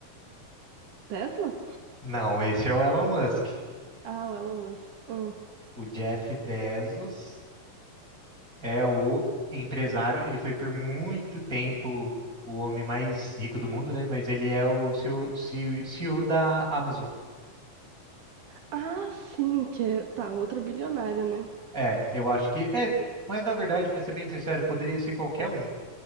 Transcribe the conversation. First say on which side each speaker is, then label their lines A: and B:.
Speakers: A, on the right; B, on the right.
A: Tesla?
B: Não, esse é o Elon Musk.
A: Ah, o Elon Musk. Hum.
B: O Jeff Bezos é o empresário. Ele foi por muito tempo o homem mais rico do mundo, né? Mas ele é o CEO, CEO da Amazon.
A: Ah, sim, que é... tá, outro bilionário, né?
B: É, eu acho que é, mas na verdade, pra ser bem sincero, poderia ser qualquer um,